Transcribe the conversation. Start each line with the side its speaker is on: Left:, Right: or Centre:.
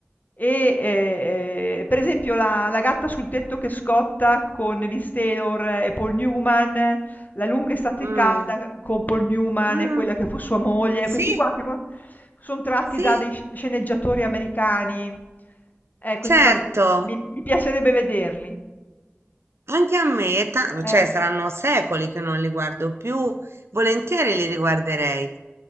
Left: e, ehm, per esempio la La gatta sul tetto che scotta con Liz Taylor e Paul Newman la lunga estate
Right: mh,
Left: calda con Paul Newman
Right: mh.
Left: e quella che fu sua moglie,
Right: Sì,
Left: questi qua che sono tratti
Right: sì,
Left: da dei sci- sceneggiatori americani. Eh, questi
Right: certo.
Left: qua mi, mi piacerebbe vederli.
Right: Anche a me, è ta-
Left: Eh,
Right: cioè saranno secoli che non li guardo più, volentieri li riguarderei.